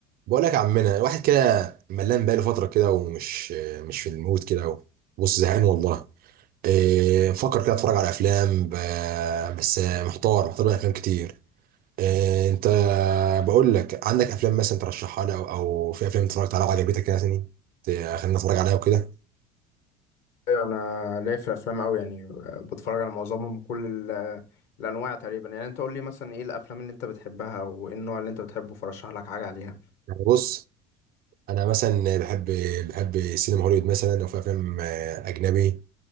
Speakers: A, on the right; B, on the left.
A: بقول لك يا عمنا واحد كده ملان بقاله فتره كده ومش مش في المود كده بص زهقان والله إيه بفكر كده اتفرج على افلام ب... بس محتار محتار بين افلام كتير إيه انت بقول لك عندك افلام مثلا ترشحها لي او او في افلام اتفرجت عليها وعجبتك يعني ت- خلينا نتفرج عليها وكده
B: ايوه انا ليا في الافلام قوي يعني بتفرج على معظمهم كل ال- الانواع تقريبا يعني انت قول لي مثلا ايه الافلام اللي انت بتحبها وايه النوع اللي انت بتحبه فرشح لك حاجه عليها
A: يعني بص انا مثلا بحب بحب سينما هوليوود مثلا او في افلام آه، اجنبي